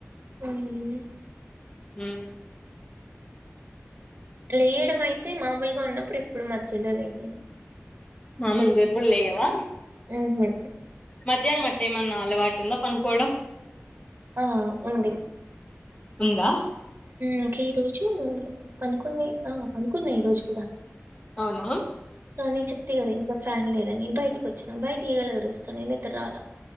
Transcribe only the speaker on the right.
అవును
లేయడం అయితే మామూలుగా ఉన్నప్పుడు ఎప్పుడు మధ్యలో లేవలెను
ఉహు
ఆ ఉంది.
ఇంక ఈ రోజు పనుకొన్ని ఆ పనుకున్నా ఈ రోజు గూడా
కానీ చెప్తి కదా ఇంట్లో ఫ్యాన్ లేదు అని బయటకి వచ్చినా బయట ఈగలు గరుస్తున్నయ్ నిద్దరాలే